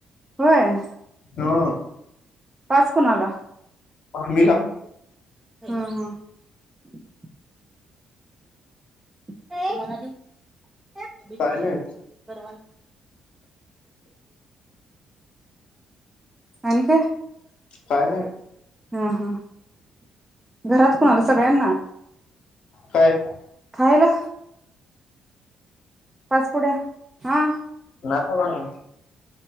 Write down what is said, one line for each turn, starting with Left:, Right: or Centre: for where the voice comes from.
Right: होय,
Left: ह
Right: पाच कुणाला?
Left: आम्हीला
Right: हा हा <unintelligible> तुमांना दिऊ <unintelligible>
Left: काय नाही
Right: आणि काय?
Left: काय नाही.
Right: हा हा घरात कोणाला सगळ्यांना
Left: काय
Right: खायला. पाच पुुड्या, हा.
Left: हो ना.